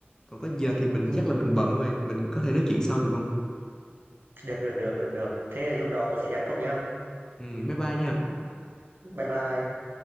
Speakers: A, on the left; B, on the right.
A: còn có giờ thì mình
B: Ừm,
A: chắc là mình bận rồi mình có thể nói chuyện sau được không
B: được, được, được, được, được. Thế lúc đó tớ sẽ nhắn cậu nhá.
A: Ừm, bye bye nha
B: Bye bye.